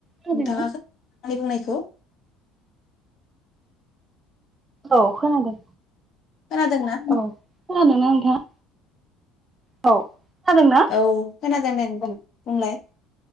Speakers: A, on the right (about 20°); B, on the left (about 45°).
A: खोनादोंना?
B: नोंथाङा खोना आंनि बुंनायखौ <inaudible>
A: औ खोनादों
B: खोनादोंना?
A: औ खोनादों ना नोंथाङा औ खोनादोंना?
B: औ खोनादों दे बुंलाय